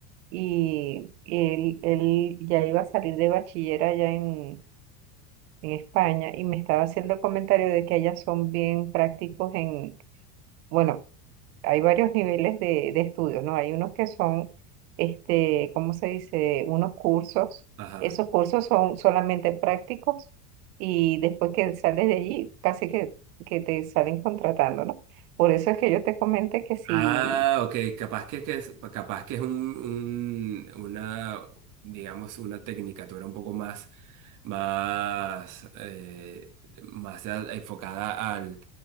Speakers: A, on the right; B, on the right.
A: y él, él ya iba a salir de bachiller allá en, en España y me estaba haciendo el comentario de que allá son bien prácticos en, bueno. hay varios niveles de, de estudios, ¿no? Hay unos que son, este, ¿cómo se dice? Unos cursos.
B: Ajá.
A: Esos cursos son solamente prácticos y después que sales de allí, casi que, que te salen contratando, ¿no? Por eso es que yo te comenté que si,
B: Ah, ok, capaz que, que es, capaz que es un, un- una, digamos, una tecnicatura un poco más, más, eh, más a- enfocada al,